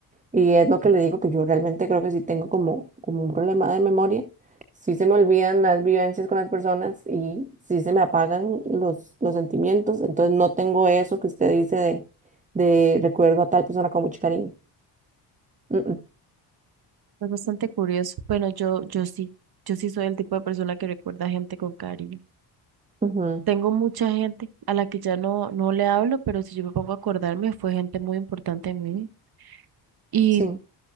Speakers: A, on the right; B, on the right.
A: Y es lo que le digo que yo realmente creo que sí tengo como, como un problema de memoria. Sí se me olvidan las vivencias con las personas y sí se me apagan los, los sentimientos. Entonces no tengo eso que usted dice de, de recuerdo a tal persona con mucho cariño. Mm, mm,
B: Es bastante curioso. Bueno, yo, yo sí, yo sí soy el tipo de persona que recuerda a gente con cariño.
A: ujú,
B: Tengo mucha gente a la que ya no, no le hablo, pero si yo me pongo a acordarme, fue gente muy importante en mí. Y
A: sí.